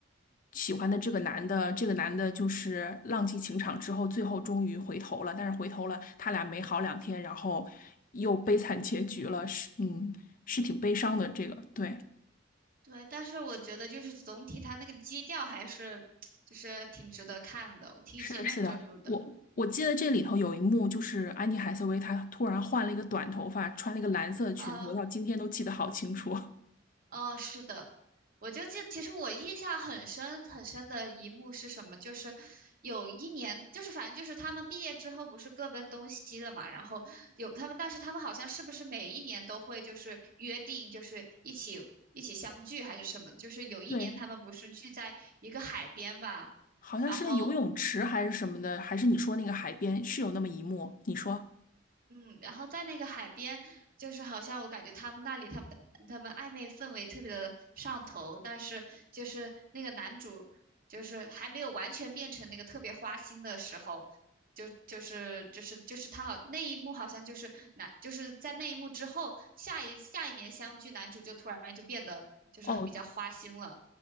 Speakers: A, on the left; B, on the right.
A: 喜欢的这个男的，这个男的就是浪迹情场之后，最后终于回头了。但是回头了，他俩没好两天，然后又悲惨结局了。是，嗯，是挺悲伤的。这个，对，
B: 对，但是我觉得就是总体它那个基调还是 <tsk> 就是挺值得看的，我挺喜欢这部的
A: 是的，是的。我我记得这里头有一幕，就是安妮海瑟薇她突然换了一个短头发，穿了一个蓝色的裙子，
B: 啊，
A: 我到今天都记得好清楚。
B: 呃哦，是的，我就记，其实我印象很深很深的一幕是什么？就是有一年，就是反正就是他们毕业之后不是各奔东西了嘛，然后有他们，但是他们好像是不是每一年都会就是约定，就是一起一起相聚还是什么？就是有一年他们不是聚在一个海边吧，
A: <laughs> 对。好像是在游泳池还是什么的，
B: 然后。
A: 还是你说那个海边是有那么一幕？你说，
B: 嗯，然后在那个海边，就是好像我感觉他们那里他们的他们暧昧氛围特别的上头，但是就是那个男主就是还没有完全变成那个特别花心的时候，就就是就是就是他好那一幕好像就是男就是在那一幕之后，下一下一年相聚，男主就突然就变得就是比较花心了。
A: 哦，